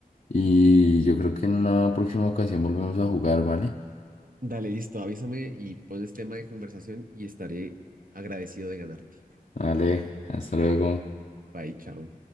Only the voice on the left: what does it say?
Y yo creo que en una próxima ocasión volvemos a jugar, ¿vale?
Vale, hasta luego.